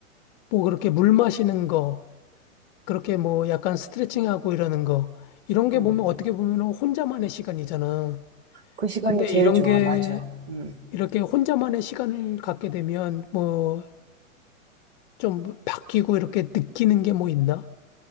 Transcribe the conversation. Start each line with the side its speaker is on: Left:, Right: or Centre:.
Left: 뭐 그렇게 물 마시는 거 그렇게 뭐 약간 스트레칭하고 이러는 거 이런 게
Right: 음.
Left: 보면 어떻게 보면 혼자만의 시간이잖아.
Right: 그 시간이
Left: 근데
Right: 제일
Left: 이런
Right: 좋아.
Left: 게
Right: 맞아. 음.
Left: 이렇게 혼자만의 시간을 갖게 되면 뭐 좀 바뀌고 이렇게 느끼는 게 뭐 있나?